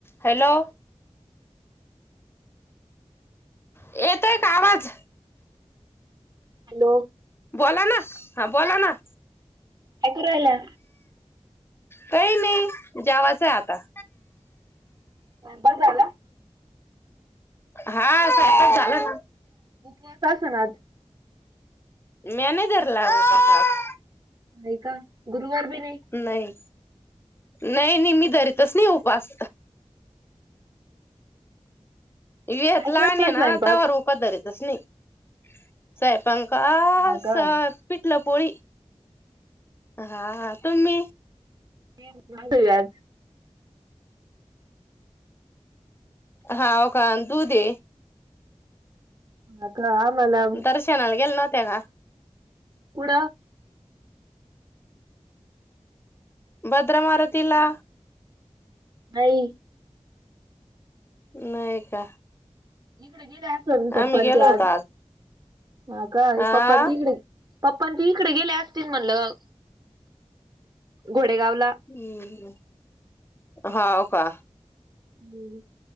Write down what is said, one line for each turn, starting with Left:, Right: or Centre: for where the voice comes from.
Left: हॅलो येतोय का आवाज?
Right: हॅलो
Left: बोला ना, हा बोला ना.
Right: काय करू राहिला?
Left: काई नाई जेवाच आता.
Right: स्वयंपाक झाला.
Left: हा सायपाक झालं ना.
Right: उपवास अस न आज?
Left: म्या नाई धरला आज उपवास आज.
Right: आहे का, गुरुवार बी नाई?
Left: नाई नाई नाई मी धरीतच नाही उपास. वेद
Right: काय
Left: लहान
Right: केला
Left: हे
Right: स्वयंपाक
Left: ना तवर उपास धरीतच नाही. <unintelligible>
Right: हा का
Left: पिठलं पोळी हा हा तुम्ही
Right: <unintelligible>
Left: हाव का अन् दुध हे.
Right: अकरा हा मला
Left: दर्शनाला गेले नव्हते का
Right: पुढ
Left: भद्र मारुतीला
Right: नाई
Left: नाहीय का
Right: पपा
Left: आम्ही
Right: अनी
Left: गेलो
Right: ति
Left: होतो
Right: आज हो का
Left: आ
Right: पपान ती इकड पप्प ती इकडे गेले असतील म्हणलं घोडेगावला
Left: हम्म हा हो का
Right: हम्म